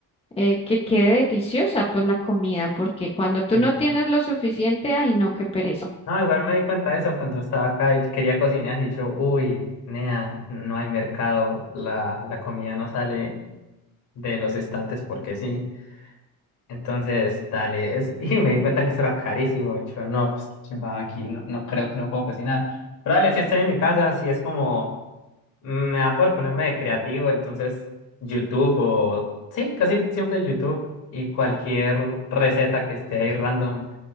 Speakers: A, on the left; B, on the left.
A: eh, que quede deliciosa pues la comida, porque cuando tú
B: sí.
A: no tienes lo suficiente, ay no, qué pereza.
B: No, igual me di cuenta de eso cuando estaba acá y quería cocinar y yo, uy, nea, no hay mercado, la, la comida no sale de los estantes porque sí. Entonces, dale, es- <laughs> y me di cuenta que eso era carísimo. Yo, no, pues qué chimba, aquí no, no creo que no puedo cocinar. Pero dale, si estoy en mi casa, si es como, mm, me da por ponerme de creativo, entonces YouTube o, sí, casi siempre YouTube y cualquier receta que esté ahí random